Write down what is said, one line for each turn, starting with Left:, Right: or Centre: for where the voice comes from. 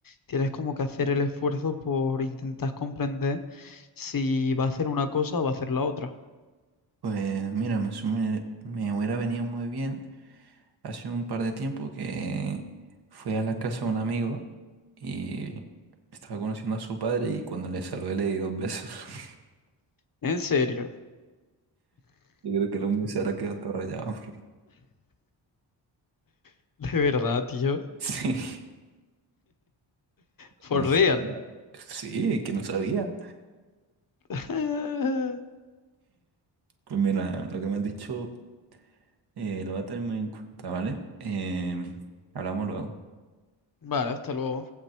Left: Tienes como que hacer el esfuerzo por intentar comprender si va a hacer una cosa o va a hacer la otra.
Right: Pues mira, me, su- me, hubiera venido muy bien hace un par de tiempo que fui a la casa de un amigo y estaba conociendo a su padre y cuando le saludé le di dos besos. <laughs>
Left: En serio,
Right: Yo creo que el hombre se habrá quedado todo rayado. <laughs>
Left: <laughs> de verdad, tío.
Right: Sí.
Left: For
Right: No sé,
Left: real.
Right: no. Sí, es que no sabía.
Left: <laughs>
Right: Pues mira, lo que me has dicho eh, lo voy a tener muy en cuenta, ¿vale? Em, hablamos luego.
Left: Vale, hasta luego.